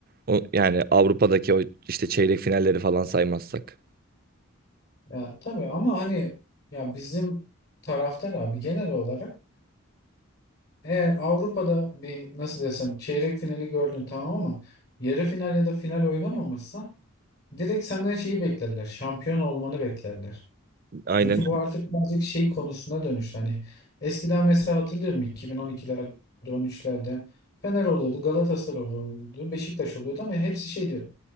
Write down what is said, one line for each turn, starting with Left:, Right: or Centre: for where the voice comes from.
Right: O, yani Avrupa'daki o işte çeyrek finalleri falan saymazsak.
Left: Ya tabii ama hani ya bizim taraftar abi genel olarak eğer Avrupa'da bir nasıl desem çeyrek finali gördün tamam ama yarı final ya da final oynamamışsa direkt senden şeyi beklerler. Şampiyon olmanı beklerler.
Right: Aynen
Left: Çünkü bu artık birazcık şey konusuna dönüştü. Hani eskiden mesela hatırlıyorum 2012'lerde, 13'lerde Fener oluyordu, Galatasaray oluyordu, Beşiktaş oluyordu ama hepsi şey diyordu.